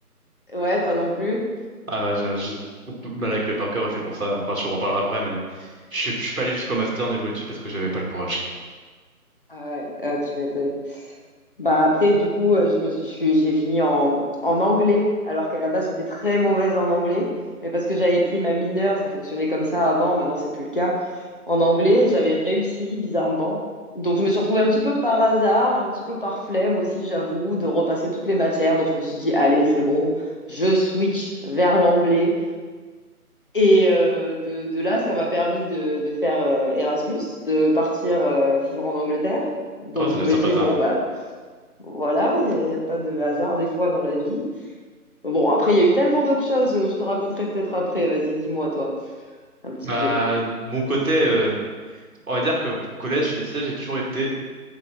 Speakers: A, on the left; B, on the right.
A: ouais, toi non plus.
B: Ah ouais, j'ai j'ai beaucoup de mal avec le par cœur et c'est pour ça, enfin je vous reparlerai après, mais je suis je suis pas allé jusqu'au master niveau études parce que j'avais pas le courage.
A: Ah ouais, ah, tu m'étonnes. Bah après, du coup, euh, je me suis, je suis- j'ai fini en, en anglais, alors qu'à la base, j'étais très mauvaise en anglais. Mais parce que j'avais pris ma mineure, ça fonctionnait comme ça avant, maintenant, c'est plus le cas. En anglais, j'avais réussi, bizarrement. Donc, je me suis retrouvée un petit peu par hasard, un petit peu par flemme aussi, j'avoue, de repasser toutes les matières. Donc, je me suis dit, allez, c'est bon, je switch vers l'anglais. Et euh, de, de là, ça m'a permis de, de faire euh, Erasmus, de partir euh, vivre en Angleterre. Donc,
B: Oh, ça
A: je
B: doit
A: me
B: être sympa
A: dis,
B: ça.
A: bon, bah. Voilà, il n'y a, y a pas de hasard des fois dans la vie. Bon, après, il y a eu tellement d'autres choses, euh, je te raconterai peut-être après. Vas-y, dis-moi, toi, un petit
B: Bah,
A: peu.
B: de mon côté, euh, On va dire que collège et lycée, j'ai toujours été